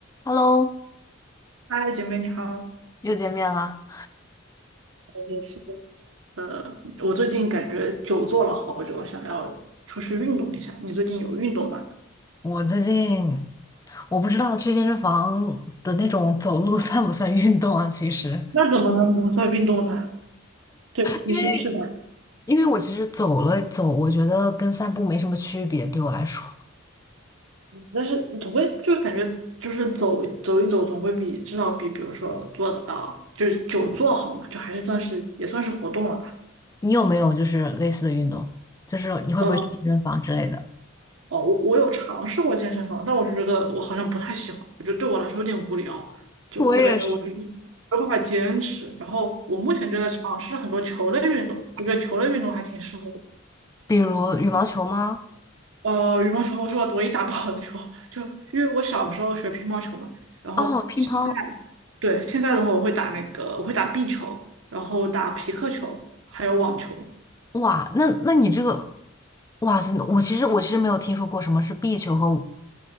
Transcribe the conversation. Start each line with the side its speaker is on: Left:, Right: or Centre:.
Left: Hello，
Right: 嗨，姐妹你好。
Left: 又见面啦。
Right: 我也是，呃，我最近感觉久坐了好久，想要出去运动一下。你最近有运动吗？
Left: 我最近我不知道去健身房的那种走路 <laughs> 算不算运动啊？其实，
Right: 那怎么能不算运动呢？对吧你说是吧？
Left: 因为因为我其实走了走，我觉得跟散步没什么区别，对我来说。
Right: 但是总归就是感觉就是走走一走，总归比至少比比如说坐到就是久坐好嘛，就还是算是也算是活动了吧。
Left: 你有没有就是类似的运动？就是你会不会去健身房之类的？
Right: 嗯。哦，我我有尝试过健身房，但我就觉得我好像不太喜欢，我觉得对我来说有点无聊，就我感觉我就是没
Left: 我也是。
Right: 有办法坚持。然后我目前就在尝试很多球类运动，我觉得球类运动还挺适合我。
Left: 比如羽毛球吗？
Right: 呃，羽毛球我是我唯一打不好的球，就因为我小时候学乒乓球嘛，然后现在
Left: 哦，乒乓。
Right: 对现在的话我会打那个我会打壁球，然后打皮克球，还有网球。
Left: 哇，那那你这个，哇塞，我其实我其实没有听说过什么是壁球和